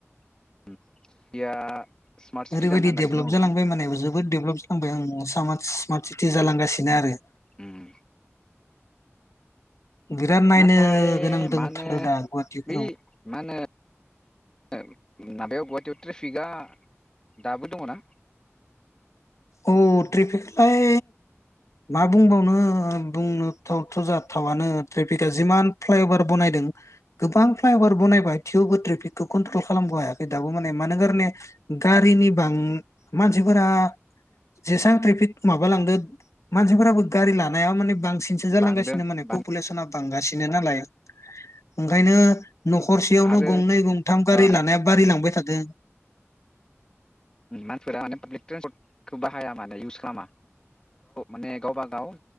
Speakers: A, on the left; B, on the left.
A: <unintelligible> स्मार्ट सिटि
B: ओरैबायदि
A: जानो थांगासिनो
B: डेभलप
A: दंना
B: जालांबाय माने जोबोद डेभलप खालामबाय आं स स्मार् सिटि जालांगासिनो आरो।
A: उम
B: बिराद नायनो
A: नाथाय
B: गोनां दंथारो
A: मा होनो
B: दा गुवाहाटिफोराव
A: बे मा होनो <unintelligible> माबायाव गुवाहाटियाव ट्रेफिकआ दाबो दङना?
B: औ ट्रेफिकलाय मा बुंबावनो बुंनो थावथ' जाथावानो ट्रेफिकआ जिमान फ्लाइअभार बनायदों गोबां फ्लाइअभार बनायबाय थेवबो ट्रेफिकखौ कन्ट्रल खालामनो हायाखै दाबो माने मानो गारने गारिनि बां मानसिफोरा जेसेबां ट्रेफिक माबालांदो मानसिफोराबो गारि लानाया माने बांसिनसो जालांगासिनो
A: बांदों
B: माने
A: बां
B: पपुलेसनना बांगासिनो नालाय ओंखायनो न'खरसेयावनो
A: आरो
B: गंनै गंथाम गारि
A: ओ
B: लानाया बारि लांबाय थादों।
A: मानसिफोरा माने पाब्लिक ट्रेन्सपर्टखौ बाहाया माने इउस खालामा माने गावबा गाव